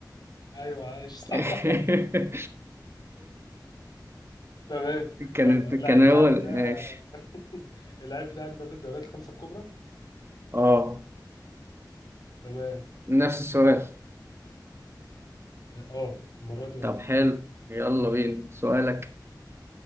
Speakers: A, on the left; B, on the right.
A: ايوه عايش صح
B: <laughs>
A: <laughs> تمام
B: كان
A: يلا اللعيب
B: كان
A: بتاعك
B: اول
A: ده
B: ماشي
A: <laughs> اللعيب بتاعك ده في الدوريات الخمسة الكبرى
B: اه
A: تمام
B: نفس السؤال
A: اه المره دي
B: طب
A: اه
B: حلو يلا بينا سؤالك